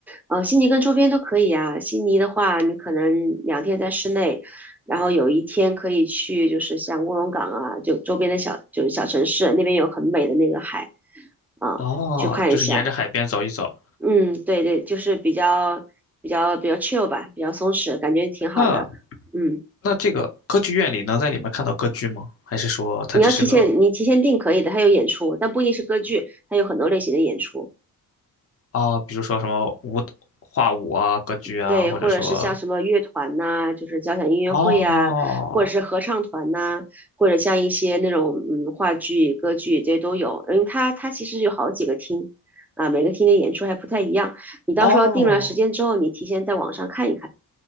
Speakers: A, in the centre; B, on the left (about 40°).
A: 呃，悉尼跟周边都可以啊。悉尼的话，你可能两天在室内，然后有一天可以去，就是像卧龙岗啊，就周边的小就是小城市，那边有很美的那个海啊，
B: 哦，
A: 去看一下。
B: 就是沿着海边走一走。
A: 嗯，对对，就是比较比较比较 chill 吧，比较松弛，感觉挺好的。
B: 那
A: 嗯，
B: 那这个歌剧院里能在里面看到歌剧吗？还是说它只是个
A: 你要提前，你提前订可以的，它有演出，但不一定是歌剧，它有很多类型的演出。
B: 啊、比如说什么舞画舞啊、歌剧啊，
A: 对，
B: 或者说
A: 或者是像什么乐团呐、就是交响音乐会呀、
B: 哦
A: 或者是合唱团呐、或者像一些那种嗯话剧、歌剧这些都有。因为它它其实有好几个厅啊，每个厅的演出还不太一样。你到时候定了时间之后，
B: 哦，
A: 你提前在网上看一看。